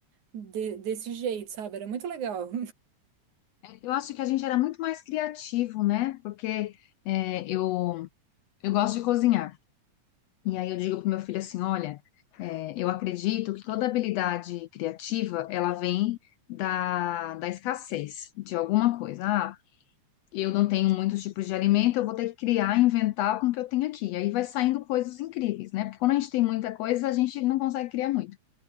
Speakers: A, on the right; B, on the left.
A: de- desse jeito, sabe? Era muito legal.
B: eu acho que a gente era muito mais criativo, né? Porque é, eu, eu gosto de cozinhar. E aí eu digo pro meu filho assim, olha, é, eu acredito que toda habilidade criativa, ela vem da, da escassez de alguma coisa. Ah, eu não tenho muitos tipos de alimento, eu vou ter que criar, inventar com o que eu tenho aqui. E aí vai saindo coisas incríveis, né? Porque quando a gente tem muita coisa, a gente não consegue criar muito.